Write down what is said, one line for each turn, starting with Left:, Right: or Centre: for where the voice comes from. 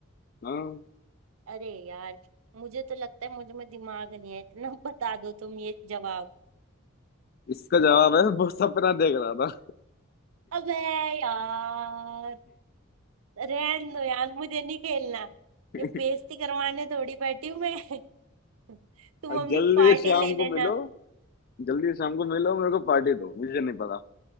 Left: हाँ
Right: अरे यार मुझे तो लगता है मुझे में दिमाग नहीं है इतना <laughs> बता दो तुम ये जवाब
Left: इसका जवाब है वो सपना देख रहा था
Right: अबे यार रहन दो यार मुझे नहीं खेलना
Left: <laughs>
Right: ये बेइज्जती करवाने थोड़ी बैठी हूँ मैं <laughs> तुम
Left: और
Right: अपनी
Left: जल्दी
Right: पार्टी
Left: से शाम
Right: ले
Left: को
Right: लेना
Left: मिलो जल्दी से शाम को मिलो मेरे को पार्टी दो मुझे नहीं पता